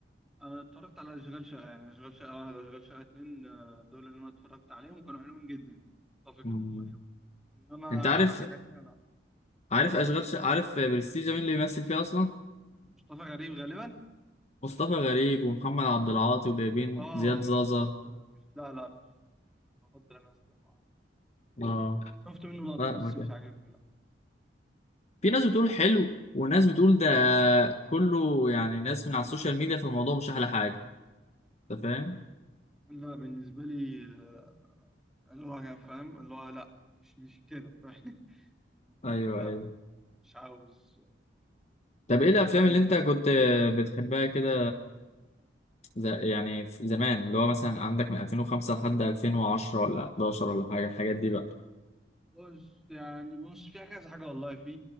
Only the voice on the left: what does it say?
مم.
انت عارف
عارف اشغال ش... عارف برستيجة مين اللي بيمثل فيه اصلا
مصطفى غريب ومحمد عبد العاطي وجايبين
زياد زازا
اه
لا
ما كان
في ناس بتقول حلو وناس بتقول ده كله يعني ناس من على السوشيال ميديا في الموضوع مش احلى حاجة انت فاهم
ايوه
ايوه
طب
ايه الافلام
اللي انت
كنت بتحبها كده ز... يعني في زمان اللي هو مثلا عندك من 2005 لحد 2010 ولا 11 ولا حاجة الحاجات دي بقى